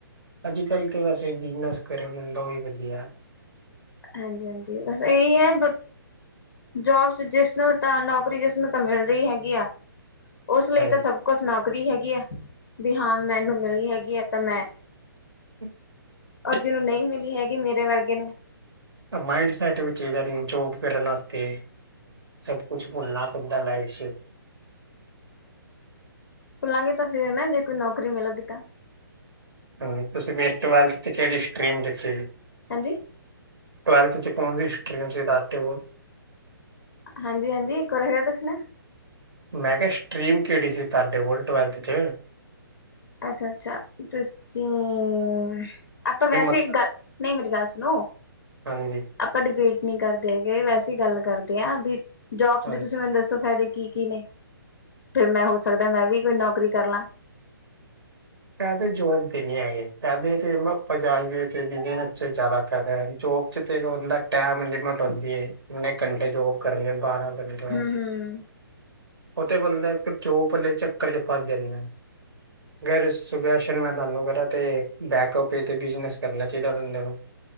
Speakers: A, on the right (about 85°); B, on the left (about 65°).
A: ਅੱਜ -ਕੱਲ੍ਹ ਤਾਂ ਵੈਸੇ ਬਿਜਨਸ ਕਰੇ ਬੰਦਾ, ਉਹੀ ਵਧੀਆ।
B: ਹਾਂਜੀ -ਹਾਂਜੀ, ਬਸ ਇਹੀ ਐ। ਜੋਬਸ ਜਿਸਨੂੰ ਤਾਂ ਨੌਕਰੀ, ਜਿਸਨੂੰ ਤਾਂ ਮਿਲ ਰਹੀ ਹੈਗੀ ਆ। ਉਸ ਲਈ
A: ਹਾਂਜੀ
B: ਤਾਂ ਸਭ ਕੁਛ ਨੌਕਰੀ ਹੈਗੀ ਆ, ਵੀ ਹਾਂ ਮੈਨੂੰ ਮਿਲੀ ਹੈਗੀ ਆ ਤਾਂ ਮੈਂ
A: <unintelligible>
B: ਔਰ ਜਿਹਨੂੰ ਨਹੀਂ ਮਿਲੀ ਹੈਗੀ, ਮੇਰੇ ਵਰਗੇ ਨੂੰ
A: ਮਾਇੰਡ ਸੈਟ ਵੀ ਚਾਹੀਦਾ, ਜੋਬ ਕਰਨ ਵਾਸਤੇ। ਸਭ ਕੁਛ ਭੁੱਲਣਾ ਪੈਂਦਾ ਲਾਈਫ ਚ।
B: ਭੁੱਲਾਂਗੇ ਤਾਂ ਫੇਰ ਨਾ, ਜੇ ਕੋਈ ਨੌਕਰੀ ਮਿਲੂਗੀ ਤਾਂ।
A: ਹਾਂ, ਤੁਸੀਂ ਮੇਰੇ ਟਵੈਲਥ ਚ ਕਿਹੜੀ ਸਟਰੀਮ ਲਿਤੀ ਸੀ।
B: ਹਾਂਜੀ,
A: ਟਵੈਲਥ ਚ ਕੌਨ ਸੀ ਸਟਰੀਮ ਸੀ, ਤੁਹਾਡੇ ਕੋਲ।
B: ਹਾਂਜੀ- ਹਾਂਜੀ, ਇਕ ਵਾਰ ਫੇਰ ਦੱਸਣਾ।
A: ਮੈਂ ਕਿਹਾ ਸਟ੍ਰੀਮ ਕਿਹੜੀ ਸੀ, ਤੁਹਾਡੇ ਕੋਲ ਟਵੈਲਥ ਚ।
B: ਅੱਛਾ -ਅੱਛਾ, ਤੁਸੀਂ ਆਪਾਂ ਵੈਸੇ
A: ਮਤਲਬ
B: ਗੱਲ ਨਹੀਂ, ਮੇਰੀ ਗੱਲ ਸੁਣੋ
A: ਹਾਂਜੀ
B: ਆਪਾਂ ਡਿਬੇਟ ਨਹੀਂ ਕਰਦੇ ਹੈਗੇ, ਵੈਸੇ ਗੱਲ ਕਰਦੇ ਆਂ ਵੀ ਜੋਬਸ
A: ਹਾਂਜੀ
B: ਦੇ ਤੁਸੀਂ ਮੈਨੂੰ ਦੱਸੋ ਫਾਇਦੇ ਕੀ- ਕੀ ਨੇ, ਫੇਰ ਮੈਂ ਹੋ ਸਕਦਾ ਮੈਂ ਵੀ ਕੋਈ ਨੌਕਰੀ ਕਰ ਲਾਂ।
A: ਫੈਦੇ ਜੋਬ ਦੇ ਨੀ ਹੈਗੇ, ਫੈਦੇ ਤੇ ਪੰਜਨ ਜ਼ਿਆਦਾ ਫੈਦਾ ਹੈ, ਜੋਬ ਬ ਚ ਟੈਮ ਲਿਮਟ ਹੁੰੰਦੀ ਏ, ਕਿੰਨੇ ਘੰਟੇ ਜੋਬ ਕਰਨੇ ਬਾਰਾਂ <inaudible>
B: ਹੂੰ-ਹੂੰ,
A: ਉਹ ਤੇ ਬੰਦੇ ਇੱਕ ਚੋ ਪੱਲੇ ਚੱਕਰ ਚ ਫੱਸ ਜਾਂਦੇ ਆ, ਗੈਰ ਇਸ ਸੁਜੈਸ਼ਨ ਮੈਂ ਤੁਹਾਨੂੰ ਕਰਾਂ ਤੇ, ਬੈਕਅਪ ਬੇ ਤੇ ਬਿਜ਼ਨਸ ਕਰਨਾ ਚਾਹੀਦਾ ਬੰਦੇ ਨੂੰ।